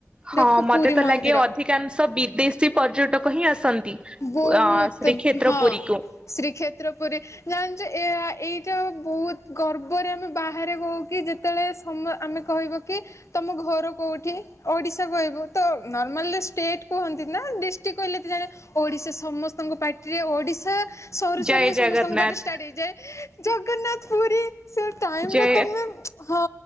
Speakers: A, on the right (about 20°); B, on the left (about 70°).
A: ହଁ
B: ଦେଖ
A: ମତେ
B: ପୁରୀ
A: ତ
B: ମନ୍ଦିର
A: ଲାଗେ ଅଧିକାଂଶ ବିଦେଶୀ ପର୍ଯ୍ୟଟକ ହିଁ ଆସନ୍ ନ୍ତି
B: ବହୁତ
A: ଉ ଆ ଶ୍ରୀକ୍ଷେତ୍ର
B: ହଁ
A: ପୁରିକୁ।
B: ଶ୍ରୀକ୍ଷେତ୍ର ପୁରୀ ନାଇଁ ଯେ ଏହା ଏଇଟା ବହୁତ ଗର୍ବରେ ଆମେ ବାହାରେ କହୁ କି ଯେ ତେବେଳେ ସମ ଆମେ କହିବ କି? ତମ ଘର କୋଉଠି ଓଡିଶା କହିବୁ ତ ନର୍ମାଲି ଷ୍ଟେଟ କୁହନ୍ତି ନା ଡିସି ଟି କହିଲେ ତ ଜଣେ ଓଡିଶା ସମସ୍ତଙ୍କ ପାଟିରେ ଓଡିଶା। ସରୀ ସରୀ
A: ଜୟ
B: ସମସ୍ତଙ୍କ
A: ଜଗନ୍ନାଥ
B: ପାଟିରେ ଷ୍ଟାଟ ହେଇଯାଏ ଜଗନ୍ନାଥ ପୁରୀ ସେ ଟାଇମ୍ର
A: ଜୟ
B: ତମେ ହଁ